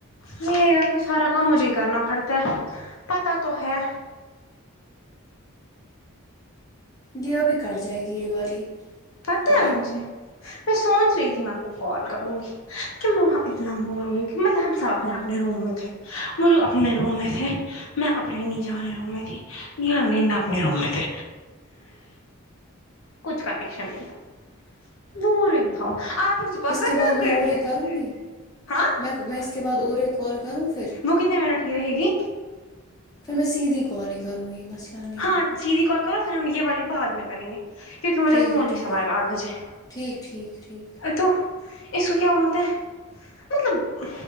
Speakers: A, on the left; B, on the left.
A: میرے گھر میں سارا کام مجھے کرنا پڑتا ہے پتا تو ہے
B: یہ ابھی کٹ جائے گی یہ والی
A: پتا
B: کال
A: ہے مجھے میں سوچ رہی تھی میں آپ کو کال کروں گی کہ میں وہاں اتنا بور ہو گی کہ مطلب ہم سب اپنے اپنے روم میں تھے وہ لوگ اپنے روم میں تھے میں اپنے نیچے والے روم میں تھی نہیں آان لا <unintelligible> اپنے روم تھے کچھ کنیکشن نہیں تھا دور تھا وہ آپ کا
B: اس
A: کرنا
B: کے بعد میں
A: گئے
B: اورے
A: تھے
B: کروں گی
A: ہاں
B: میں میں اس کے بعد اور ایک کال کروں پھر
A: وہ کتنے منٹ کی رہے گی
B: پھر میں سیدھی کال ہی کروں گی مسئلہ نہیں
A: ہاں
B: ہے
A: سیدھی کال کرو پھر ہم یہ والی بعد میں کریں گے کیونکہ مجھے
B: ٹھیک
A: ابھی مولی
B: ہے ٹھیک
A: صاحب
B: ہے
A: آے وے آٹھ بجے
B: ٹھیک ٹھیک ٹھیک
A: تو اس کو کیا بولتے ہیں مطلب